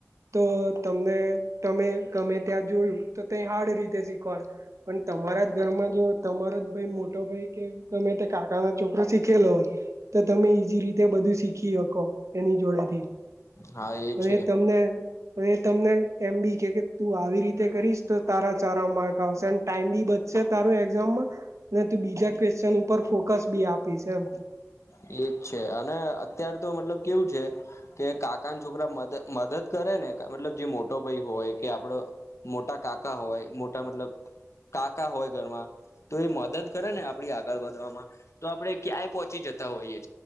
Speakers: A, on the right; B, on the left.
A: તો તમને તમે ગમે ત્યાં જોયું તો તે હાર્ડ રીતે શીખવાડ્યું. પણ તમારા જ ઘરમાં જો તમારો જ ભાઈ મોટો ભાઈ કે ગમે તે કાકા ના છોકરો શીખેલો હોય. તો તમે ઈજી રીતે બધું શીખી શકો એની જોડે થી
B: હા એ
A: અને
B: છે
A: તમને તમને એમ બી તું આવી રીતે કરીશ તો તારા ચારા માર્ક આવશે અને ટાઈમ બી બચશે તારું એક્ઝામમાં ને તું બીજા ક્વેશ્ચન ઉપર ફોકસ બી આપીશ, એમ
B: એ જ છે, અને અત્યારે તો મતલબ કેવું છે, કે કાકા છોકરા મદદ કરે ને મતલબ જે મોટો ભાઈ હો હોય કે આપડો મોટા કાકા હોય મોટા મતલબ કાકા હોય ઘરમાં તો એ મદદ કરે ને આપડી આ આગળ વધવામાં તો આપડે ક્યાંય પહોંચી જતા હોઈએ